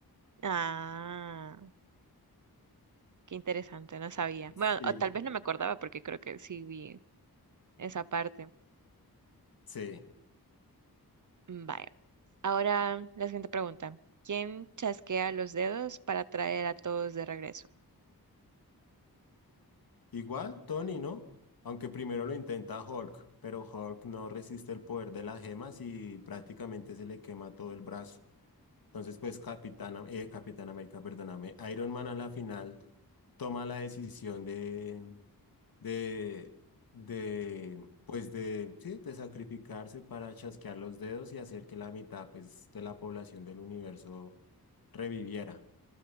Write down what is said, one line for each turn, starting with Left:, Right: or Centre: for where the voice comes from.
Right: Ah, qué interesante, no sabía. Bueno,
Left: Sí.
Right: o tal vez no me acordaba porque creo que sí vi esa parte.
Left: Sí.
Right: Mm, Vaya. Ahora la siguiente pregunta. ¿Quién chasquea los dedos para traer a todos de regreso?
Left: Igual, Tony, ¿no? Aunque primero lo intenta Hulk, pero Hulk no resiste el poder de las gemas y prácticamente se le quema todo el brazo. Entonces, pues Capitán, Am- eh, Capitán América, perdóname, Iron Man a la final toma la decisión de, de, de, pues de, sí, de sacrificarse para chasquear los dedos y hacer que la mitad, pues, de la población del universo reviviera.